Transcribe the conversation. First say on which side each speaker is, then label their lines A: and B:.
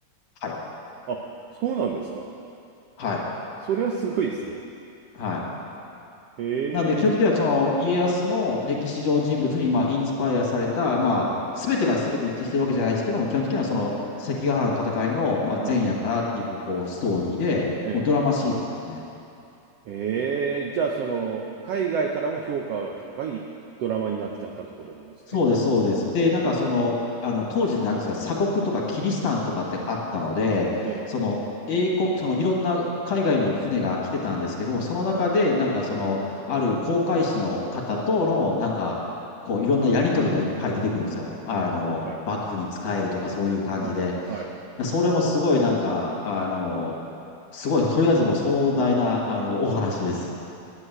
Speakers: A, on the left; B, on the right.
A: はい。
B: あ、そうなんですか
A: はい。
B: それはすごいですね。
A: はい。
B: え
A: なんで、基本的には、
B: え、
A: その、家康の歴史上人物に、まあ、インスパイアされた、まあ、
B: はい、
A: すべてがすべて一致してるわけじゃないですけども、基本的にはその関ヶ原の戦いの、まあ、
B: はい。
A: 前夜からっていう、こう、ストーリーで、
B: え
A: もうドラマシリーズですね。
B: え、ええじゃあ、その、海外からも評価が高いドラマになっちゃったってことなんですね。
A: そうです、そうです。で、なんかその、あの、当時なんですが、鎖国とかキリシタンとかってあったので、
B: ええ、
A: その、英国、そのいろんな海外の船が来てたんですけども、その中で、
B: はい、
A: なんかその、ある航海士の方との、なんか、こう、いろんなやりとりがいっぱい出てくるんですよ。あの、
B: はい、はい、
A: 幕府に仕えるとかそういう感じで。
B: はい、はい。
A: それもすごいなんか、あの、すごい、とりあえずもう壮大な、あの、お話です。